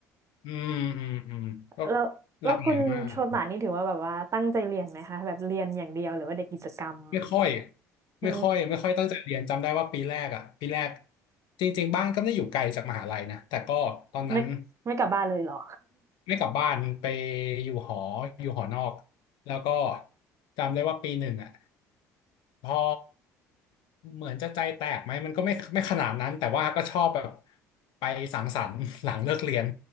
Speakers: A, on the left; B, on the right.
A: อืมอืมอืมก็
B: แล้วแล้วคุณโชตานี่ถือว่าแบบว่าตั้งใจเรียนไหมคะแบบเรียนอย่างเดียวหรือว่าเด็กกิจกรรม
A: หลากหลายมาก ไม่ค่อย
B: อืม
A: ไม่ค่อยไม่ค่อยตั้งใจเรียนจำได้ว่าปีแรกอ่ะปีแรกจริงๆบ้านก็ไม่ได้อยู่ไกลจากมหาลัยนะแต่ก็ตอนนั้น
B: ไม่ไม่กลับบ้านเลยเหรอ
A: ไม่กลับบ้านไปอยู่หออยู่หอนอกแล้วก็จำได้ว่าปีหนึ่งอ่ะพอเหมือนจะใจแตกไหมมันก็ไม่ไม่ขนาดนั้นแต่ว่าก็ชอบแบบไปสังสรรค์ <laughs> หลังเลิกเรียน